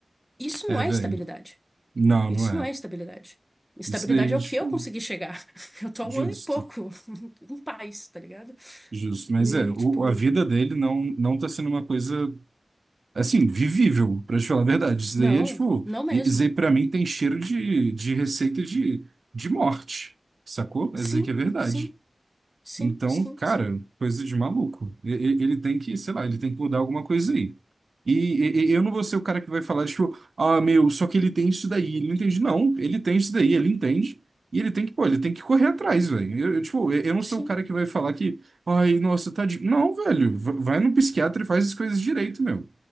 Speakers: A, in the centre; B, on the right.
A: Isso
B: É,
A: não é
B: velho.
A: estabilidade.
B: Não,
A: Isso
B: não é.
A: não é estabilidade. Estabilidade
B: Isso daí,
A: é o
B: tipo,
A: que eu consegui chegar. <laughs> Eu tô
B: justo,
A: há um ano e pouco <laughs> em paz, tá ligado?
B: justo.
A: E
B: Mas
A: aí,
B: é, o,
A: tipo,
B: a vida dele não, não tá sendo uma coisa, assim, vivível, pra te falar a verdade. Isso
A: não,
B: daí é, tipo,
A: não mesmo.
B: i- isso aí pra mim tem cheiro de, de receita de, de morte, sacou? Mas
A: Sim,
B: isso aí que é verdade.
A: sim, sim,
B: Então,
A: sim,
B: cara,
A: sim,
B: coisa de maluco. E- e- Ele tem que, sei lá, ele tem que mudar alguma coisa aí. E, e- e eu não vou ser o cara que vai falar, tipo, ah, meu, só que ele tem isso daí. Ele não entende. Não, ele tem isso daí, ele entende. E ele tem que, pô, ele tem que correr atrás, velho. Eu, eu, tipo, eu eu não
A: sim.
B: sou o cara que vai falar que, ai, nossa, tadinho. Não, velho, va- vai no psiquiatra e faz as coisas direito, meu.